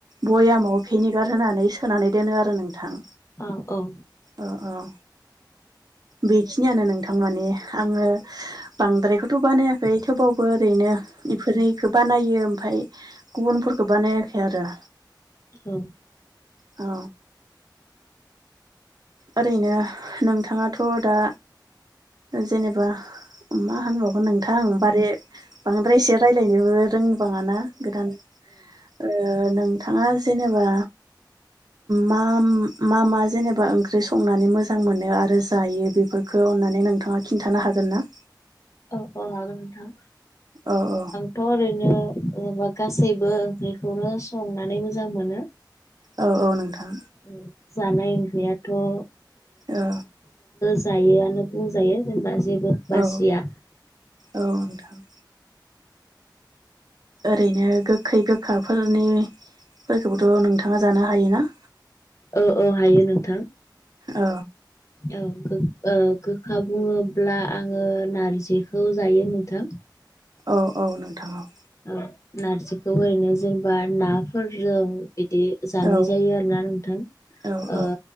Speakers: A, on the right (about 55°); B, on the left (about 40°).
A: बयामाव भिनेगार होनानै सोनानै दोनो आरो नोंथां।
B: औ औ।
A: ओ औ। बेखिनियानो नोंथां माने आङो बांद्रायखौथ' बानायाखै थेवबा बो ओरैनो इफोरनिखो बानायो ओमफाय गुबुनफोरखो बानायाखै आरो
B: औ।
A: औ। ओरैनो नोंथाङाथ' दा जेनेबा मा होनबावो अ नोंथांं बारे बांद्राय एसो रायलायनोबो रोंबाङाना गोदान ओ नोंथाङा जेनेबा मा मा मा जेनेबा ओं ओंख्रि संनानै मोजां मोनो आरो जायो बेफोरखौ अन्नानै नोंथाङा खिन्थानो हागोन ना?
B: अ अ हागोन नोंथां।
A: ओ औ।
B: थ' ओरैनो ओ गासैबो ओंख्रिखौनो संनानै मोजां मोनो।
A: औ औ नोंथां।
B: <unintelligible> खौबो
A: औ
B: जायोआनो बुंजायो जेनेबा जेबो बासिया।
A: औ औ नोंथां। ओरैनो गोखै गोखाफोरनि फोरखौबोथ' नोंथाङा जानो हायोना?
B: औ औ हायो नोंथां।
A: औ
B: औ ओ गोखा बुङोब्ला आङो नारजिखौ जायो नोंथां।
A: औ औ नोंथां औ।
B: औ नारजिखौ ओरैनो जेनेबा नाफोरजों इदि जानाय
A: औ
B: जायो आरोना नोंथां
A: औ
B: ओ
A: औ